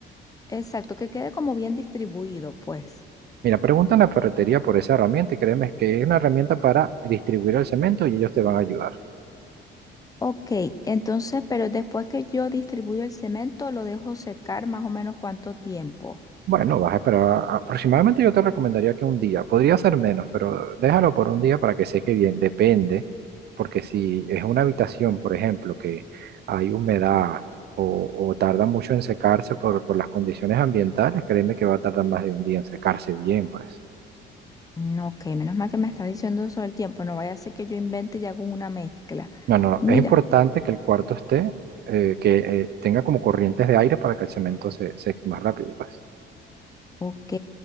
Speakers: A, on the left (about 20°); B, on the right (about 55°).
A: Exacto, que quede como bien distribuido, pues.
B: Mira, pregunta en la ferretería por esa herramienta y créeme que es una herramienta para distribuir el cemento y ellos te van a ayudar.
A: Ok, entonces, pero después que yo distribuyo el cemento, lo dejo secar más o menos cuánto tiempo.
B: Bueno, vas a esperar aproximadamente yo te recomendaría que un día, podría ser menos, pero déjalo por un día para que seque bien, depende, porque si es una habitación, por ejemplo, que hay humedad o, o tarda mucho en secarse por, por las condiciones ambientales, créeme que va a tardar más de un día en secarse bien, pues.
A: Mm, Ok, menos mal que me estás diciendo eso del tiempo, no vaya a ser que yo invente y hago una mezcla.
B: No, no, no,
A: Mira.
B: es importante que el cuarto esté, eh, que eh, tenga como corrientes de aire para que el cemento se seque más rápido, pues.
A: Ok,